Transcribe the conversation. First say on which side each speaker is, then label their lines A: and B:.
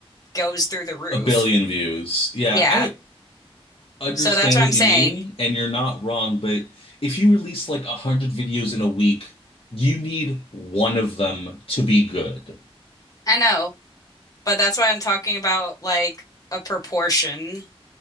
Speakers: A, on the left; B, on the left.
A: goes through the roof.
B: a billion views. Yeah,
A: Yeah.
B: I understand
A: So that's what
B: what
A: I'm
B: you
A: saying.
B: mean, and you're not wrong, but if you release like a hundred videos in a week, you need one of them to be good.
A: I know, but that's why I'm talking about like a proportion.